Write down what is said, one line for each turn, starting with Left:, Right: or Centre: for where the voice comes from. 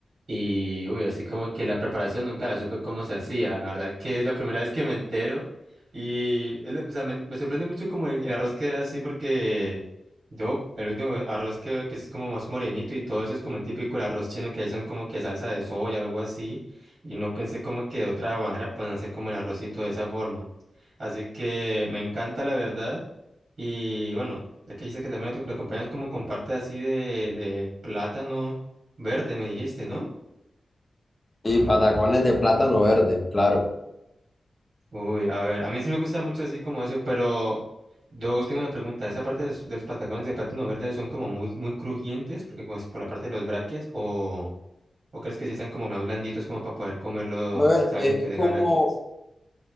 Right: Y, uy, así como que la preparación nunca la supe cómo se hacía. La verdad que es la primera vez que me entero. Y, es lo- o sea, me, me sorprende mucho como el, el arroz queda así porque yo, el último arroz que veo que es como más morenito y todo eso es como el típico el arroz chino que le echan como que salsa de soya o algo así. Y no pensé como que de otra manera pueden hacer como el arrocito de esa forma. Así que me encanta la verdad. Y bueno, ya que dijiste que también lo, lo acompañas como con parte así de, de plátano verde, me dijiste, ¿no?
Left: Y patacones de plátano verde, claro.
Right: Uy, a ver, a mí sí me gusta mucho así como eso, pero yo tengo una pregunta. ¿Esa parte de los, de los patacones de plátano verde son como muy, muy crujientes? Porque pues por la parte de los brackets, o, o crees que sí sean como más blanditos como para poder comerlos,
Left: A ver,
Right: salgan
Left: es
Right: que tengan
Left: como
Right: brackets?